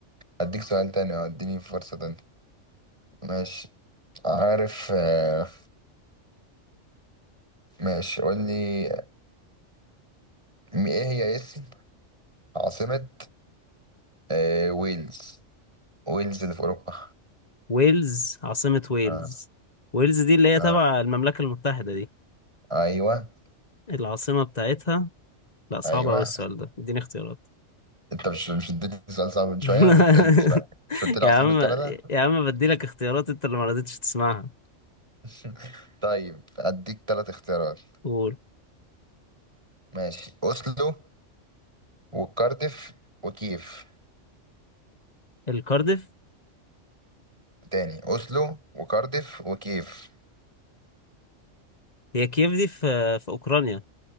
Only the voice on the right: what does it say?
أديك سؤال تاني أه، أديني فرصة تانية ماشي عارف آه، ماشي قول لي م- إيه هي اسم عاصمة آه، ويلز؟ ويلز اللي في أوروبا
آه.
آه.
أيوه
أيوه
أنت مش مش اديتني سؤال صعب من شوية؟
البس بقى مش قلت لي
عاصمة
كندا؟
<laughs> طيب أديك تلات اختيارات
ماشي اوسلو وكارديف وكيف
تاني اوسلو وكارديف وكيف